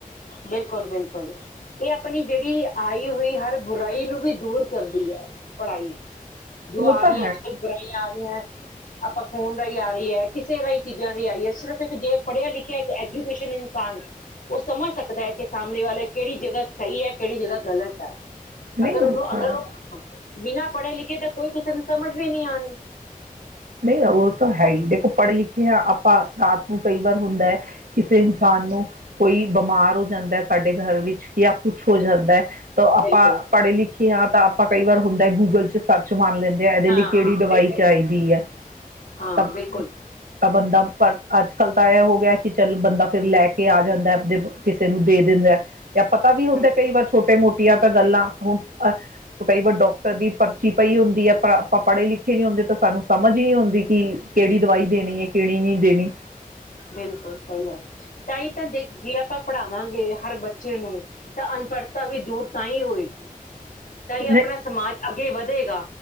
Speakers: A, on the left; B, on the right.
A: ਬਿਲਕੁਲ-ਬਿਲਕੁਲ ਇਹ ਆਪਣੀ ਜਿਹੜੀ ਆਈ ਹੋਈ ਹਰ ਬੁਰਾਈ ਨੂੰ ਵੀ ਦੂਰ ਕਰਦੀ ਹੈ ਪੜ੍ਹਾਈ, ਜੋ
B: ਉਹ
A: ਆ
B: ਤਾਂ
A: ਰਹੀ ਹੈ ਅੱਜ ਕੱਲ੍ਹ ਬੁਰਾਈਆਂ ਆ ਰਹੀਆਂ ਆਪਾਂ ਫੋਨ ਰਾਹੀਂ ਆ ਰਹੀ ਹੈ ਕਿਸੇ ਰਾਹੀਂ ਚੀਜ਼ਾਂ ਰਾਹੀਂ ਆਈਹੀ ਹੈ ਸਿਰਫ ਇੱਕ ਜੇ ਪੜ੍ਹਿਆ ਲਿਖਿਆ ਇੱਕ ਐਜੂਕੇਸ਼ਨ ਇਨਸਾਨ ਉਸ ਸਮਝ ਸਕਦਾ ਹੈ ਕਿ ਸਾਹਮਣੇ ਵਾਲਾ ਕਿਹੜੀ ਜਗ੍ਹਾ ਸਹੀ ਹੈ ਕਿਹੜੀ ਜਗ੍ਹਾ ਗਲਤ ਹੈ
B: ਨਹੀਂ
A: ਅਗਰ
B: ਉਹ
A: ਉਹਨੂੰ ਅਗਰ
B: ਤਾਂ
A: ਉਹ ਬਿਨਾ ਪੜ੍ਹੇ ਲਿਖੇ ਤਾਂ ਕੋਈ ਕਿਸੇ ਨੂੰ ਸਮਝ ਵੀ ਨਹੀਂ ਆਣੀ
B: ਨਹੀਂ ਉਹ ਤਾਂ ਹੈ ਹੀ ਦੇਖੋ ਪੜ੍ਹੇ ਲਿਖੇ ਹਾਂ ਆਪਾਂ ਰਾਤ ਨੂੰ ਕਈ ਵਾਰ ਹੁੰਦਾ ਹੈ ਕਿਸੇ ਇਨਸਾਨ ਨੂੰ ਕੋਈ ਬਿਮਾਰ ਹੋ ਜਾਂਦਾ ਸਾਡੇ ਘਰ ਵਿੱਚ ਜਾਂ ਕੁਛ ਹੋ ਜਾਂਦਾ ਹੈ ਤਾਂ ਆਪਾਂ
A: ਬਿਲਕੁਲ
B: ਪੜ੍ਹੇ ਲਿਖੇ ਹਾਂ ਤਾਂ ਆਪਾਂ ਕਈ ਵਾਰ ਹੁੰਦਾ ਗੂਗਲ ਚ ਸਰਚ ਮੰਨ ਲੈਂਦੇ ਇਹਦੇ
A: ਹਾਂ
B: ਲਈ ਕਿਹੜੀ ਦਵਾਈ
A: ਬਿਲਕੁਲ
B: ਚਾਹੀਦੀ ਹੈ
A: ਹਾਂ
B: ਤਾਂ
A: ਬਿਲਕੁਲ
B: ਤਾਂ ਬੰਦਾ ਪਰ ਅੱਜ ਕੱਲ ਤਾਂ ਇਹ ਹੋ ਗਿਆ ਕਿ ਚੱਲ ਬੰਦਾ ਫਿਰ ਲੈ ਕੇ ਆ ਜਾਂਦਾ ਜ ਕਿਸੇ ਨੂੰ ਦੇ ਦਿੰਦਾ ਜਾਂ ਪਤਾ ਵੀ ਹੁੰਦਾ
A: ਹਮ
B: ਕਈ ਵਾਰ ਛੋਟੇ ਮੋਟੇ ੀਆਂ ਤਾਂ ਗੱਲਾਂ ਹੁਣ ਕਈ ਵਾਰ ਡਾਕਟਰ ਦੀ ਭਰਤੀ ੀ ਪਈ ਹੁੰਦੀ ਹੈ ਆਪਾਂ ਪੜ੍ਹੇ ਲਿਖੇ ਨੀ ਹੁੰਦੇ ਤਾਂ ਸਾਨੂੰ ਸਮਝ ਹੀ ਨਹੀਂੀ ਆਉਦੀ ਕਿ ਕਿਹੜੀ ਦਵਾਈ ਦੇਣੀ ਹੈ ਕਿਹੜੀ ਨਹੀਂੀ ਦੇਣੀ
A: ਬਿਲਕੁਲ ਸਹੀ ਗੱਲ ਤਾਂ ਤਾਂ ਜੇ ਆਪਾਂ ਪੜ੍ਹਾਵਾਂਗੇ ਹਰ ਬੱਚੇ ਨੂੰ ਤਾਂ ਅਨਪੜ੍ਹਤਾ ਵੀ ਦੂਰ ਤਾਂ ਹੀ ਹੋਏਗੀ ਤਾਂ ਹੀ ਆਪਣਾ
B: ਨਹੀਂ
A: ਸਮਾਜ ਅੱਗੇ ਵਧੇਗਾ